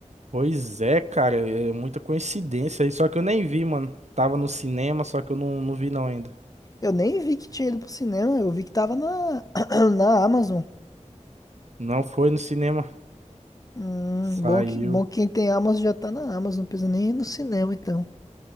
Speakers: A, on the right (about 65°); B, on the left (about 30°).
A: Pois é, cara, é muita coincidência aí. Só que eu nem vi, mano. Tava no cinema, só que eu não, não vi não ainda.
B: Eu nem vi que tinha ido pro cinema, eu vi que tava na, <clears throat> na Amazon.
A: Não foi no cinema.
B: Hum,
A: Saiu.
B: bom que, bom que quem tem Amazon já tá na Amazon, não precisa nem ir no cinema, então.